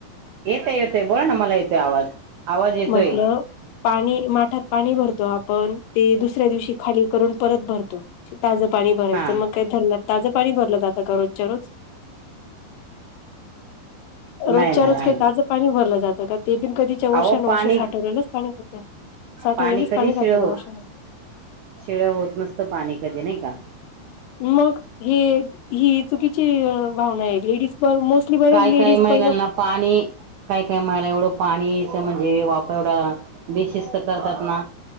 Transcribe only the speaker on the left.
म्हटलं पाणी माठात पाणी भरतो आपण ते दुसऱ्या दिवशी खाली करून परत भरतो ताजं पाणी भरायचं
मग काही धरला ताजं पाणी भरलं जातं का रोजच्या रोज रोजच्या
रोज
काही
ताजं पाणी भरलं जात ते बी कधीच्या वश
वर्ष
साठवलेलंच पाणी साठवलेलेच
राहते
ना वर्षान
मग हे ही चुकीची भावना आहे मोस्टली बर
लेडीज
पहिलं